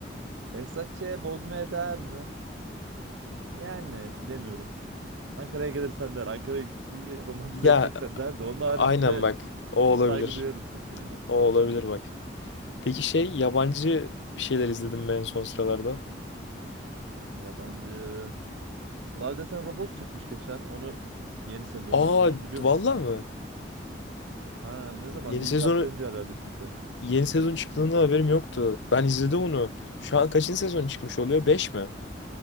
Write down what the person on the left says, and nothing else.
Ya
aynen bak. O olabilir.
O olabilir bak. Peki şey yabancı bir şeyler izledim ben son sıralarda.
Aa
vallahi
mı?
Yeni
sezonu
yeni sezon çıktığında haberim yoktu. Ben izledim onu. Şu an kaçıncı sezon çıkmış oluyor? beş mi?